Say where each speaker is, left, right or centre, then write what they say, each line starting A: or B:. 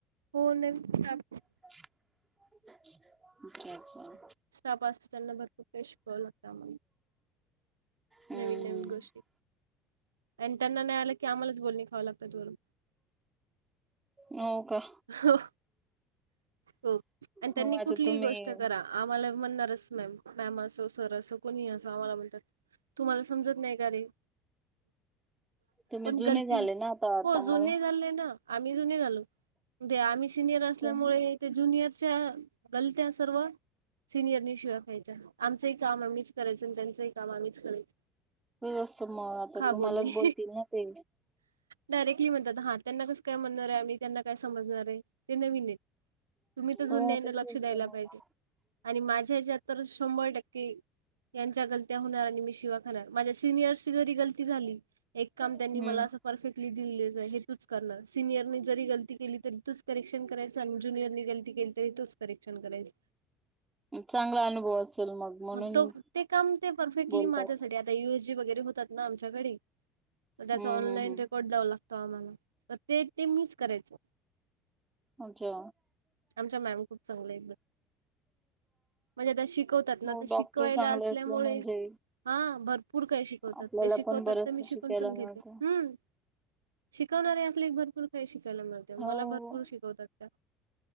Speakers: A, on the right; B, on the right.
A: हो नविन स्टाप.
B: <inaudible> अच्छा <inaudible>
A: स्टाप असत त्यांना भरपूर काही शिकवाव लागत आम्हाला.
B: हम्म
A: नवीन नवीन
B: हम्म.
A: गोष्टी आणि त्यांना नाही आलं की आम्हालाच बोलणी खावं लागतात वरून
B: हो का
A: हो हो आणि त्यांनी
B: हो आता
A: कुठली
B: तुम्ही
A: गोष्ट करा आम्हाला म्हणारच मॅम असं सर असं कोणी असं आम्हाला म्हणतात तुम्हाला समजत नाही का रे
B: तुम्ही
A: पण
B: जुने
A: गलती
B: झाले ना आता
A: हो
B: त्यामुळे
A: जुने झाले ना आम्ही जुने झालो. ते आम्ही सिनियर असल्यामुळे
B: तुमचंच
A: ते ज्युनियरच्या गलत्या सर्व सिनियरनी शिवा ख्यायच्या आमचही कामहीच करायचं आणि त्यांचं हि काम आम्हीच करायच.
B: असत मग आता तुम्हालाच
A: बोलली
B: बोलतील ना ते
A: डायरेक्टली म्हणतात हा त्यांना कसं काय म्हणार आहे आम्ही त्यांना काय समजणार आहे. ते नवीन तुम्ही तर जुन्याना
B: हो तेच
A: लक्ष
B: असत
A: द्यायला
B: मग
A: पाहिजे. आणि माझ्याच्या्यात तर शंभर टक्के यांच्या गलत्या होणार आणि मी शिव्या खाणार माझ्या सिनियर्सची जरी गलती झाली एक काम त्यांनी
B: हम्म
A: मला अस परफेक्टली दिलेलं हे तूच करणार सिनियर जरी गलती केली तरी तूच करेक्शन करायचं आणि जुनियरनी गलती केली तरी तूच करेशन करायच
B: चांगला अनुभव असेल मग म्हणून
A: तो ते काम ते परफेक्टली
B: बोलतात
A: माझ्यासाठी आता युएस जी वगैरे होतात ना आमच्याकडे त्याचा
B: हम्म
A: ऑनलाईन
B: हम्म हम्म
A: रेकॉर्ड द्याव लागतो आम्हाला तर ते ते मिच करायचं.
B: अच्छा.
A: आमच्या मॅम खूप चांगल्या आहेत म्हणजे त्या शिकवतात ना
B: हो
A: शिकवायला
B: डॉक्टर चांगले
A: असल्यामुळे
B: असले म्हणजे
A: हा भरपूर काही शिकवतात
B: आपल्याला
A: ते शिकवतात
B: पण बरचस
A: तर मी शिकून
B: शिकायला
A: पण
B: मिळतं
A: घेते हम् शिकवणारे असले भरपूर काही शिकायला मिळते मला
B: हो
A: भरपूर शिकवतात त्या